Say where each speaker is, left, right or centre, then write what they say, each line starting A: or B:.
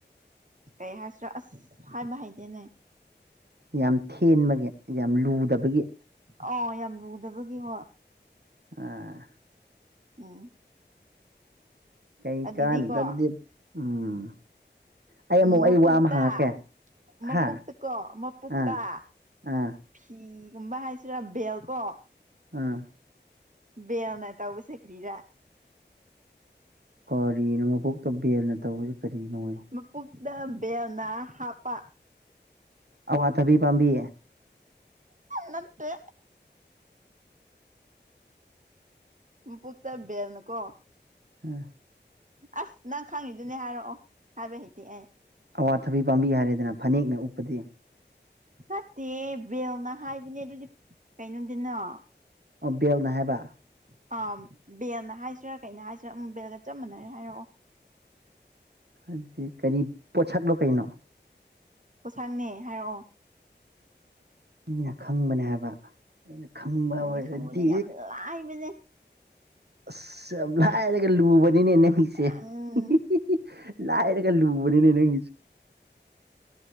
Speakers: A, on the right; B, on the right.
A: ꯀꯩ ꯍꯥꯏꯁꯤꯔ ꯑꯁ ꯍꯥꯏꯕ ꯍꯩꯇꯦꯅꯦ
B: ꯌꯥꯝ ꯊꯦꯟꯕꯒꯤ ꯌꯥꯝ ꯂꯨꯗꯕꯒꯤ
A: ꯑꯣ ꯌꯥꯝ ꯂꯨꯗꯕꯒꯤ ꯍꯥ
B: ꯑꯥ
A: ꯎꯝ
B: ꯀꯩ
A: ꯑꯗꯨꯗꯤꯀꯣ
B: ꯀꯥꯟꯅꯗ ꯑꯗꯨꯗꯤ ꯎꯝ ꯑꯩ
A: ꯎꯝ
B: ꯑꯃꯨꯛ ꯑꯩ
A: ꯃꯄꯨꯛꯇ
B: ꯋꯥ ꯑꯃ ꯍꯪꯉꯛꯀꯦ
A: ꯃꯄꯨꯛꯇꯀꯣ
B: ꯍꯥ
A: ꯃꯄꯨꯛꯇ
B: ꯑꯥ ꯑꯥ
A: ꯐꯤꯒꯨꯝꯕ ꯍꯥꯏꯁꯤꯔ ꯕꯦꯜ ꯀꯣ
B: ꯑꯥ
A: ꯕꯦꯜꯅ ꯇꯩꯕꯁꯤ ꯀꯔꯤꯔ
B: ꯀꯔꯤꯅꯣ ꯃꯕꯨꯛꯇ ꯕꯦꯜꯅ ꯇꯧꯕꯁꯤ ꯀꯔꯤꯅꯣꯌꯦ
A: ꯃꯄꯨꯛꯇ ꯕꯦꯜꯅ ꯍꯥꯞꯄ
B: ꯑꯋꯥꯊꯕꯤ ꯄꯥꯝꯕꯤ
A: ꯅꯠꯇꯦ ꯃꯄꯨꯛꯇ ꯕꯦꯜꯅꯀꯣ
B: ꯑꯥ
A: ꯑꯁ ꯅꯪ ꯈꯪꯉꯤꯗꯨꯅꯦ ꯍꯥꯏꯔꯛꯑꯣ ꯍꯥꯏꯕ ꯍꯩꯇꯦ ꯑꯩ
B: ꯑꯋꯥꯊꯕꯤ ꯄꯥꯝꯕꯤ ꯍꯥꯏꯔꯦꯗꯅ ꯐꯥꯅꯦꯛꯅ ꯎꯞꯄꯗꯤ
A: ꯆꯠꯇꯦ ꯕꯦꯜꯅ ꯍꯥꯏꯕꯅꯦ ꯑꯗꯨꯗꯤ ꯀꯩꯅꯣꯗꯤꯅꯣ
B: ꯑꯣ ꯕꯦꯜꯅ ꯍꯥꯏꯕ
A: ꯑ ꯕꯦꯜꯅ ꯍꯥꯏꯁꯤꯔꯥ ꯀꯩꯅ ꯍꯥꯏꯁꯤꯔꯥ ꯎꯝ ꯕꯦꯜꯒ ꯆꯞ ꯃꯅꯔꯦ ꯍꯥꯏꯔꯛꯑꯣ
B: ꯑꯗꯨꯗꯤ ꯀꯔꯤ ꯄꯣꯠꯁꯛꯂꯣ ꯀꯩꯅꯣ
A: ꯄꯣꯁꯛꯅꯦ ꯍꯥꯏꯔꯛꯑꯣ
B: ꯑꯩꯅ ꯈꯪꯕꯅꯦ ꯍꯥꯏꯕ ꯑꯩꯅ ꯈꯪꯕ
A: ꯎꯝ
B: ꯑꯣꯏꯔꯗꯤ
A: ꯈꯪꯕꯅꯦ ꯌꯥꯝ ꯂꯥꯢꯕꯅꯦ
B: ꯑꯁ ꯌꯥꯝ ꯂꯥꯏꯔꯒ ꯂꯨꯕꯅꯤꯅꯦ ꯅꯪꯒꯤꯁꯦ
A: ꯎꯝ
B: <unintelligible> ꯂꯥꯏꯔꯒ ꯂꯨꯕꯅꯤꯅꯦ ꯅꯪꯒꯤꯁꯨ